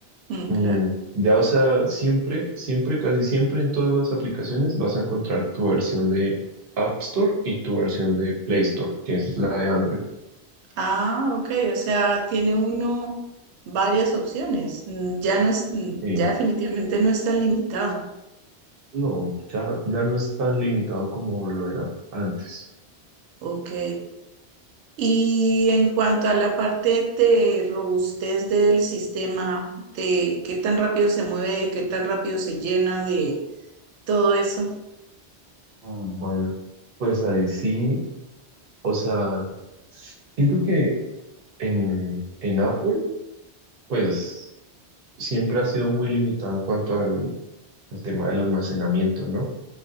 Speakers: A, on the right; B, on the right.
A: Mm,
B: mm,
A: claro.
B: ya o sea, siempre, siempre, casi siempre en todas las aplicaciones vas a encontrar tu versión de App Store y tu versión de Play Store, que es la de Android.
A: Ah, ok, o sea, tiene uno varias opciones. Mm, Ya no es, mm,
B: Eh,
A: ya definitivamente no es tan limitado.
B: No, ya, ya no es tan limitado como lo era antes.
A: Ok. Y en cuanto a la parte de robustez del sistema, de qué tan rápido se mueve, qué tan rápido se llena, de todo eso,
B: Mm, Bueno, pues ahí sí, o sea, siento que en, en Apple, pues siempre ha sido muy limitado en cuanto al, al tema del almacenamiento, ¿no? O